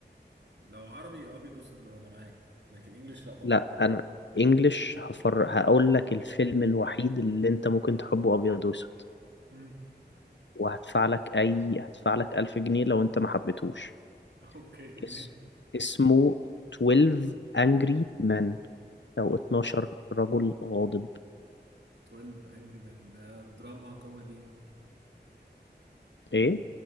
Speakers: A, on the right; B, on the left.
A: لو عربي ابيض واسود انا معاك لكن انجليش لا طبعا
B: لا انا انجلش
A: <laughs>
B: هفر هقول لك الفيلم الوحيد اللي انت ممكن تحبه ابيض واسود
A: امم
B: وهدفع لك اي هدفع لك 1000 جنيه لو انت ما حبيتهوش
A: اوكي ماشي
B: اس... اسمه 12 Angry Men او 12 رجل غاضب
A: 12 انجري مان ده دراما كوميدي
B: ايه